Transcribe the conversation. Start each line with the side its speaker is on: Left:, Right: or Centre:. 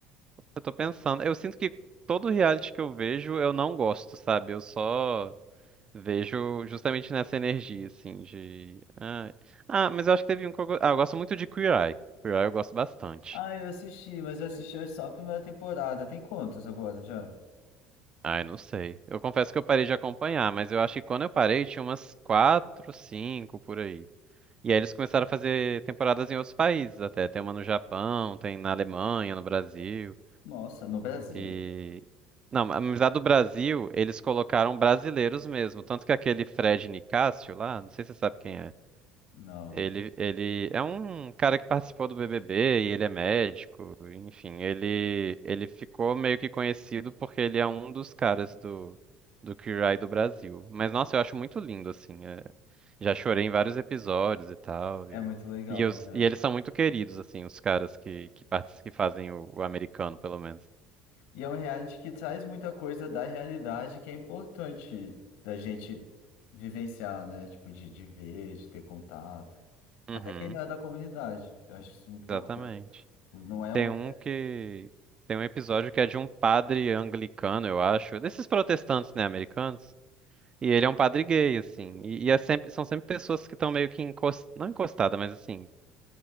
Right: Eu tô pensando. Eu sinto que todo reality que eu vejo eu não gosto, sabe? Eu só vejo justamente nessa energia, assim, de. Ah, ah, mas eu acho que teve um que eu... go- Ah, eu gosto muito de Queer Eye. Queer Eye eu gosto bastante.
Left: Ah, eu assisti, mas eu assisti só a primeira temporada. Tem quantas agora já?
Right: Ai, não sei. Eu confesso que eu parei de acompanhar, mas eu acho que quando eu parei tinha umas quatro, cinco por aí. E aí eles começaram a fazer temporadas em outros países até. Tem uma no Japão, tem na Alemanha, no Brasil.
Left: Nossa, no Brasil?
Right: E. Não, mas a do Brasil, eles colocaram brasileiros mesmo. Tanto que aquele Fred Nicásio lá, não sei se você sabe quem é.
Left: Não.
Right: Ele, ele é um cara que participou do BBB e ele é médico, enfim, ele, ele ficou meio que conhecido porque ele é um dos caras do, do Queer Eye do Brasil. Mas, nossa, eu acho muito lindo, assim, é- já chorei em vários episódios e tal,
Left: É
Right: e,
Left: muito legal,
Right: e, os-
Left: né?
Right: e eles são muito queridos, assim, os caras que, que, partici- que fazem o, o americano, pelo menos.
Left: E é um reality que traz muita coisa da realidade que é importante da gente vivenciar, né? Tipo, de, de ver, de ter contato.
Right: Uhum,
Left: Até quem não é da comunidade. Eu acho isso muito bacana.
Right: exatamente.
Left: Tipo, Não é
Right: Tem
Left: uma.
Right: um que, tem um episódio que é de um padre anglicano, eu acho, desses protestantes, né, americanos? E ele é um padre gay, assim. E, e é sempre, são sempre pessoas que estão meio que encost... não encostada, mas assim,